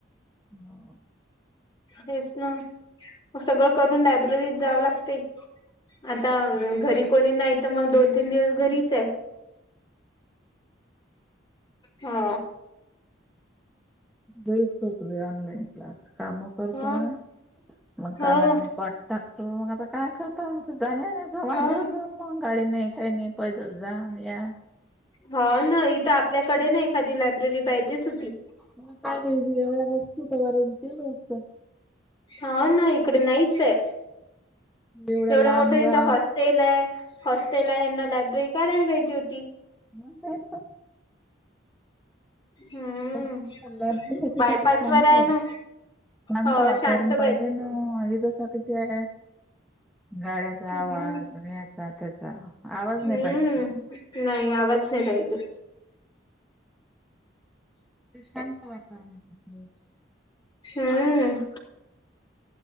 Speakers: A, in the centre; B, on the left.
A: हो.
B: हेच. मग, सगळं करून लायब्ररीत जावं लागते. आता
A: मग काय?
B: घरी कोणी नाही तर मग दोन तीन दिवस घरीचाय. हा.
A: घरीच करतो बई ऑनलाईन क्लास. काम करतो
B: ह
A: ना, मग
B: हो
A: कानात ने <unintelligible> टाकतो. मग आता काय करता जाण्या येण्याचा म्हणले
B: ह
A: होते ना मग, गाडी नाही काही नाही पैदल जा अन् या.
B: हा ना, इथं आपल्याकडे ना एखादी लायब्ररी पाहिजेच होती.
A: मग काय बई एवढा <unintelligible> बर केलं असत.
B: हा ना, इकडे नाहीचाय.
A: एवढ्या
B: एवढं
A: लांब
B: मोठं
A: जा.
B: इथं हॉस्टेल ए. हॉस्टेल आहे यांना लायब्ररी काढायला पाहिजे होती.
A: मग काय तर.
B: हम्म
A: पण सल्ला <unintelligible>
B: बायपास
A: कसं शांत.
B: वर आहे ना
A: शांत
B: हो
A: वातावरण
B: शांत
A: पाहिजे ना, आहे जस तिथे. गाड्याचा
B: हम्म
A: आवाज, ह्याचा त्याचा, आवाज
B: हम्म
A: नाही पाहिजे त्याला.
B: नाही, आवाज नाही पाहिजे.
A: ते शांत वातावरण पाहिजे.
B: हम्म.